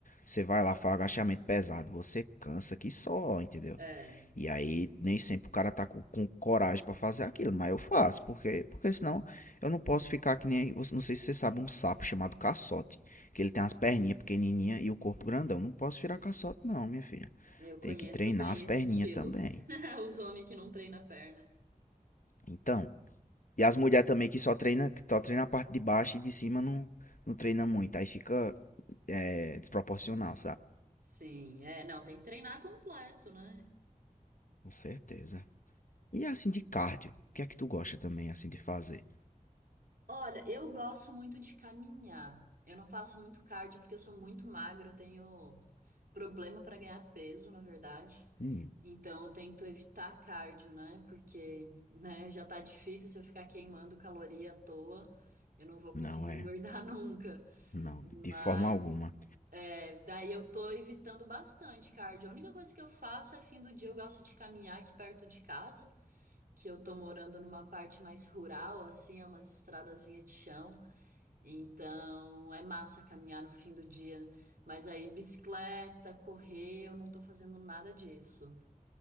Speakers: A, on the left (about 65°); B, on the right (about 85°).
A: você vai lá, faz agachamento pesado, você cansa que só, entendeu?
B: É,
A: E aí nem sempre o cara tá com, com coragem pra fazer aquilo, mas eu faço, porque, porque senão eu não posso ficar que nem, você- não sei se você sabe, um sapo chamado caçote, que ele tem as perninhas pequenininhas e o corpo grandão. Não posso virar caçote não, minha filha.
B: eu conheço
A: Tem que treinar
B: bem
A: as
B: esse
A: perninhas
B: estilo.
A: também.
B: <laughs> Os homens que não treinam a perna.
A: Então, E as mulheres também que só treina, que só treina a parte de baixo e de cima não, não treina muito. Aí fica é, desproporcional, sabe?
B: Sim, é, não, tem que treinar completo, né?
A: Com certeza. E assim de cardio, o que é que tu gosta também assim de fazer?
B: Olha, eu gosto muito de caminhar. Eu não faço muito cardio porque eu sou muito magra, eu tenho problema para ganhar peso, na verdade.
A: Hum,
B: Então eu tento evitar cardio, né? Porque, né, já tá difícil se eu ficar queimando caloria à toa, eu não vou conseguir
A: não é,
B: engordar <laughs> nunca.
A: não,
B: Mas
A: de forma alguma.
B: é, daí eu tô evitando bastante cardio. A única coisa que eu faço é fim do dia eu gosto de caminhar aqui perto de casa. que eu tô morando numa parte mais rural, assim, é umas estradazinhas de chão. Então é massa caminhar no fim do dia. Mas aí, bicicleta, correr, eu não tô fazendo nada disso.